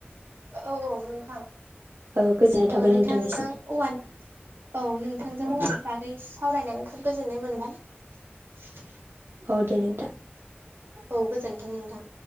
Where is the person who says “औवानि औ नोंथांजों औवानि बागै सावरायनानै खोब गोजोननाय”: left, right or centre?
Right